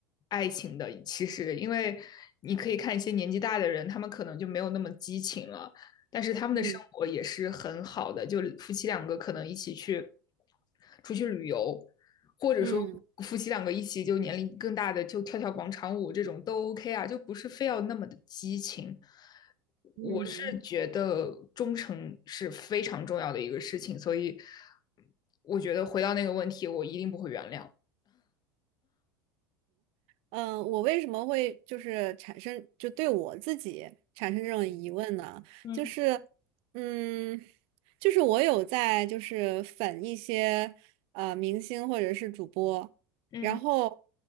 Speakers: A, on the left; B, on the right.
A: 爱情的。其实，因为你可以看一些年纪大的人，他们可能就没有那么激情了，但是他们的生活也是很好的，
B: 嗯
A: 就夫妻两个可能一起去出去旅游，或者说夫妻两个一起就年龄更大的就跳跳广场舞这种都
B: 嗯
A: OK 啊，就不是非要那么的激情。
B: 嗯。
A: 我是觉得忠诚是非常重要的一个事情，所以我觉得回到那个问题，我一定不会原谅。
B: 嗯，呃我为什么会就是产生就对我自己产生这种疑问呢？
A: 嗯
B: 就是，嗯，就是我有在就是粉一些呃明星或者是主播，
A: 嗯
B: 然后，